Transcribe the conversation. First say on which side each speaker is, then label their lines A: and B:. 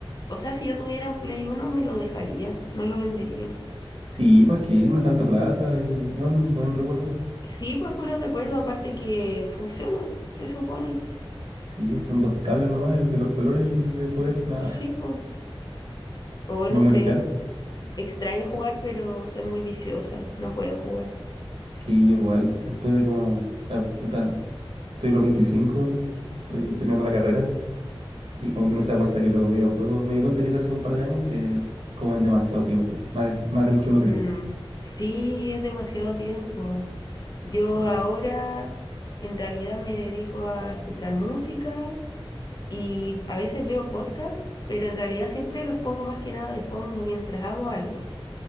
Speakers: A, on the left; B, on the right.
A: O sea, si yo tuviera un Play uno me lo dejaría, no lo vendería.
B: Sí, ¿para qué? No es tanta plata y es un buen recuerdo.
A: Sí, pues por el recuerdo, aparte que funciona, se supone.
B: Sí, son dos cables nomás, el de los colores y el de poder, nada.
A: Sí,
B: más.
A: pues.
B: <laughs>
A: O
B: Su
A: no
B: memory
A: sé,
B: card.
A: extraño jugar, pero soy muy viciosa, no puedo jugar.
B: Sí, yo igual. Después de como, o sea, puta, estoy a los veinticinco estoy
A: Mm,
B: terminando la carrera y como que uno
A: ujú.
B: se da cuenta que los videojuegos, me di cuenta quizás hace un par de años que comen demasiado tiempo, más, de- más del que uno cree.
A: Mm, sí, es demasiado tiempo. Yo
B: Sí.
A: ahora en realidad me dedico a escuchar música y a veces veo podcasts, pero en realidad siempre los pongo más que nada de fondo mientras hago algo,